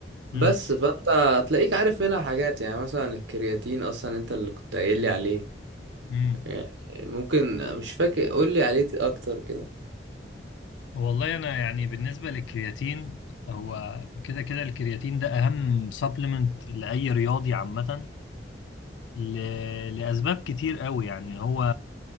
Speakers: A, on the left; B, on the right.
A: امم
B: بس فأنت هتلاقيك عارف منها حاجات يعني مثلا الكرياتين أصلا أنت اللي كنت قايل لي عليه
A: امم
B: يعني ممكن مش فاكر قول لي عليه أكتر كده
A: والله انا يعني بالنسبة للكرياتين هو كده كده الكرياتين ده اهم سبلمنت لأي رياضي عامة ل... لأسباب كتير قوي يعني هو